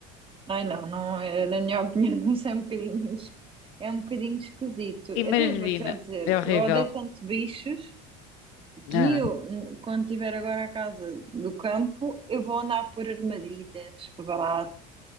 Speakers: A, on the right; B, on the left.
A: Ai, não, não, eh, na minha opinião, <laughs> isso é um bocadinho, es- é um bocadinho esquisito. Então
B: Imagina,
A: eu vou-te já dizer,
B: é horrível.
A: eu odeio tanto bichos que
B: Ah.
A: eu, n- quando tiver agora a casa do campo, eu vou andar por armadilhas, baratas,